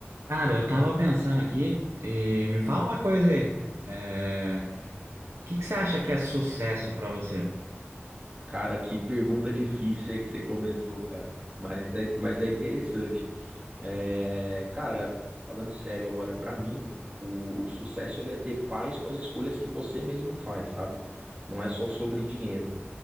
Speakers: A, on the right (about 80°); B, on the right (about 25°).
A: Cara, eu tava pensando aqui e me fala uma coisa aí. É, O que que você acha que é sucesso pra você?
B: Cara, que pergunta difícil aí que você começou, cara. Mas é, mas é interessante. É, cara, falando sério agora, pra mim, o, o sucesso ele é ter paz com as escolhas que você mesmo faz, sabe? Não é só sobre dinheiro.